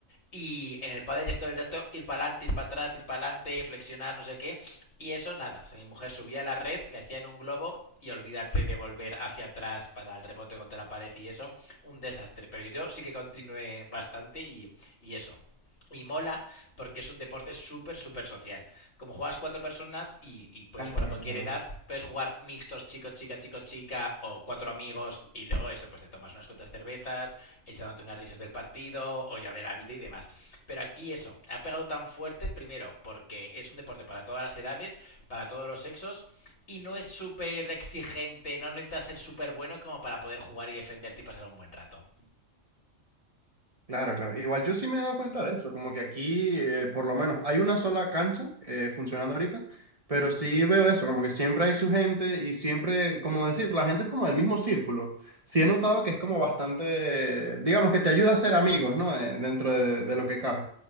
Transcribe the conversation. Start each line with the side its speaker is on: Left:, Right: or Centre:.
Left: y en el pádel es todo el rato ir para adelante, ir para atrás, ir para adelante, flexionar, no sé qué. Y eso nada. O sea, mi mujer subía a la red, le hacían un globo y olvídate de volver hacia atrás para el rebote contra la pared y eso. Un desastre. Pero yo sí que continué bastante y, y eso. Y mola porque es un deporte súper, súper social. Como juegas cuatro personas y, y, puedes
Right: Claro,
Left: jugar a cualquier
Right: claro.
Left: edad, puedes jugar mixtos chico, chica, chico, chica o cuatro amigos y luego eso, pues te tomas unas cuantas cervezas, y se dando unas risas del partido o ya de la vida y demás. Pero aquí eso, ha pegado tan fuerte, primero, porque es un deporte para todas las edades, para todos los sexos, y no es súper exigente, no necesitas ser súper bueno como para poder jugar y defenderte y pasar un buen rato.
Right: Claro, claro. Igual yo sí me he dado cuenta de eso, como que aquí eh, por lo menos hay una sola cancha eh, funcionando ahorita, pero sí veo eso, como que siempre hay su gente y siempre, como decir, la gente es como del mismo círculo. Sí he notado que es como bastante, digamos que te ayuda a ser amigos, ¿no? Eh, dentro de, de lo que cabe.